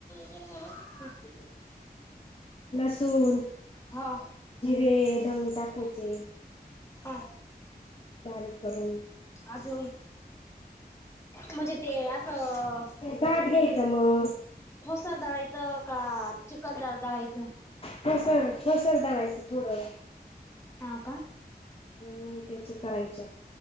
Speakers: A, on the left; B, on the left.
A: त्याला म्हणावं
B: लसूण.
A: हो
B: जिरे <unintelligible> टाकायचे.
A: ह हा
B: बारीक करून.
A: अजून म्हणजे ते असं
B: ताट घ्यायचं
A: म्हणजे
B: मग
A: ठोसार दळायचं का चिकन दाळायचं
B: ठोसर ठोसर दळायचं थोडं
A: हा का
B: मग त्याचे करायच्या